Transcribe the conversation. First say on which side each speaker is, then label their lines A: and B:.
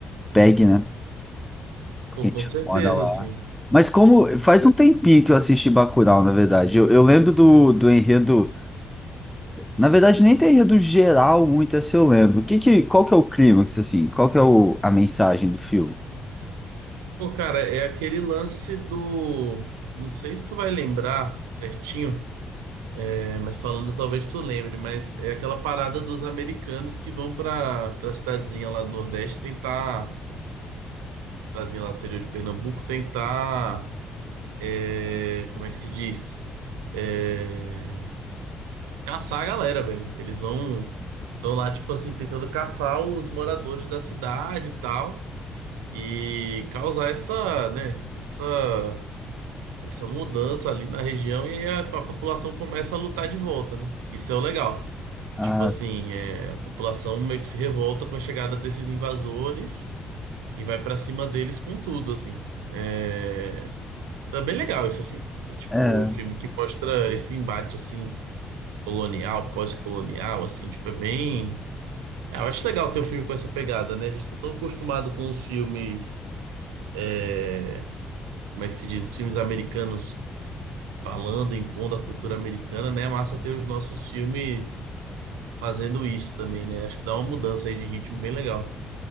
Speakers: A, in the centre; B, on the right.
A: pegue, né, porque
B: Pô,
A: a gente
B: com certeza,
A: mora lá.
B: assim.
A: Mas como faz um tempinho que eu assisti Bacurau, na verdade. Eu, eu lembro do, do enredo na verdade, nem teria do geral muito essa eu lembro. O que que, qual que é o clímax, assim? Qual que é o, a mensagem do filme?
B: Pô, cara, é aquele lance do. Não sei se tu vai lembrar certinho. É, mas falando, talvez tu lembre, mas é aquela parada dos americanos que vão pra para cidadezinha lá do Nordeste tentar, cidadezinha lá do interior de Pernambuco, tentar, é, como é que se diz? É, caçar a galera, velho. Eles vão, estão lá, tipo assim, tentando caçar os moradores da cidade e tal, e causar essa, né, essa essa mudança ali na região e aí a, a população começa a lutar de volta, né? Isso é o legal.
A: Ah,
B: Tipo assim, é, a população meio que se revolta com a chegada desses invasores e vai pra cima deles com tudo, assim. É, tá bem legal isso, assim. É tipo
A: é.
B: um filme que mostra esse embate, assim, colonial, pós-colonial, assim, tipo, é bem... É, eu acho legal ter um filme com essa pegada, né? A gente tá tão acostumado com os filmes... é, como é que se diz? Os filmes americanos falando, impondo a cultura americana, né? É Massa ter os nossos filmes fazendo isso também, né? Acho que dá uma mudança aí de ritmo bem legal.